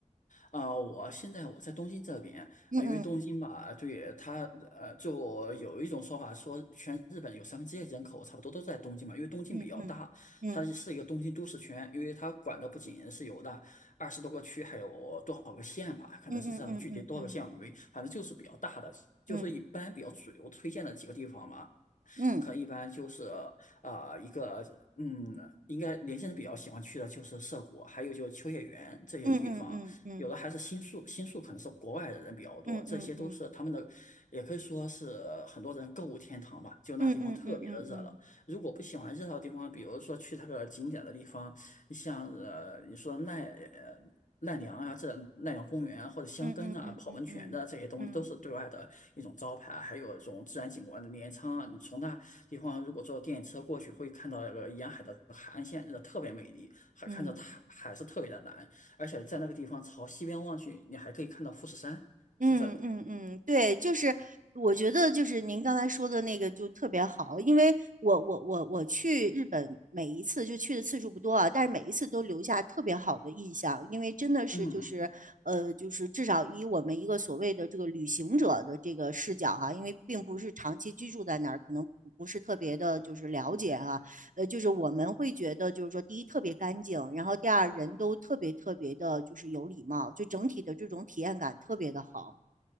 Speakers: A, on the left; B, on the right.
A: 啊、我现在我在东京这边，
B: 嗯嗯
A: 呃因为东京吧，对它，呃，就有一种说法说，全日本有三分之一人口差不多都在东京嘛，因为东京比较大，
B: 嗯嗯嗯
A: 它是一个东京都市圈，因为它管的不仅是有那二十多个区，还有多少个县吧，可能是这样的，
B: 嗯嗯嗯嗯
A: 具体多少个县我没，反正就是比较大的，就说一般比较主流推荐的几个地方嘛。
B: 嗯嗯
A: 可能一般就是啊，一个嗯，应该年轻人比较喜欢去的就是涩谷，还有就是秋叶原这些地方，
B: 嗯嗯嗯
A: 有的还是新宿，新宿可能是国外的人比较多，
B: 嗯嗯嗯嗯
A: 这些都是他们的，也可以说是很多人购物天堂吧，就那地方特别的热闹。
B: 嗯嗯
A: 如果不喜欢热闹的地方，比如说去那个景点的地方，像呃你说奈呃奈良啊，这奈良公园啊，或者箱根啊、
B: 嗯嗯嗯嗯嗯嗯嗯
A: 泡温泉的这些东西，都是对外的一种招牌，
B: 嗯
A: 还有这种自然景观的镰仓啊，你从那地方如果坐电车过去，会看到那个沿海的海岸线，真的特别美丽，还看着海海是特别的蓝，
B: 嗯。
A: 而且在那个地方朝西边望去，你还可以看到富士山，
B: 嗯嗯嗯，
A: 是这种。
B: 对，就是我觉得就是您刚才说的那个就特别好，因为我我我我去日本每一次就去的次数不多啊，但是每一次都留下特别好的印象，因为真的是就是呃就是至少以我们一个所谓的这个旅行者的这个视角哈、
A: 嗯嗯
B: 因为并不是长期居住在那儿，可能不不是特别的就是了解哈、呃，就是我们会觉得就是说第一特别干净，然后第二人都特别特别的就是有礼貌，就整体的这种体验感特别的好。